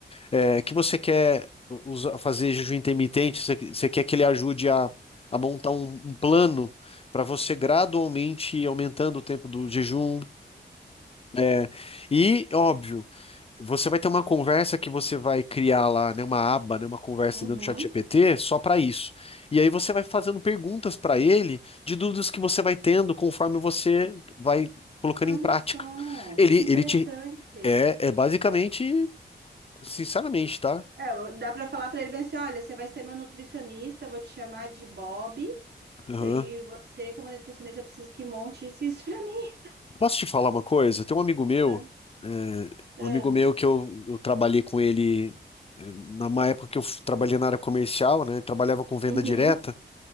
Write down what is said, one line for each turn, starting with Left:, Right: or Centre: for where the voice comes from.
Left: eh, que você quer usar- fazer jejum intermitente, você, você quer que ele ajude a, a montar um, um plano para você gradualmente ir aumentando o tempo do jejum. eh, e óbvio você vai ter uma conversa que você vai criar lá, né, uma aba, né, uma conversa
Right: uhum.
Left: dentro do ChatGPT só para isso. E aí você vai fazendo perguntas para ele de dúvidas que você vai tendo conforme você vai colocando
Right: Olha
Left: em prática.
Right: só,
Left: Ele,
Right: que interessante.
Left: ele te é, é basicamente, sinceramente, tá?
Right: É, dá para falar para ele bem assim, olha, você vai ser meu nutricionista, vou te chamar de Bob.
Left: Aham.
Right: Eu, e você, como nutricionista, eu preciso que monte isso e isso para mim.
Left: Posso te falar uma coisa? Tem um amigo meu,
Right: <laughs> Ah,
Left: é,
Right: ah,
Left: um amigo meu que eu, eu trabalhei com ele é, na uma época que eu f- trabalhei na área comercial, né? Trabalhava com venda
Right: uhum,
Left: direta.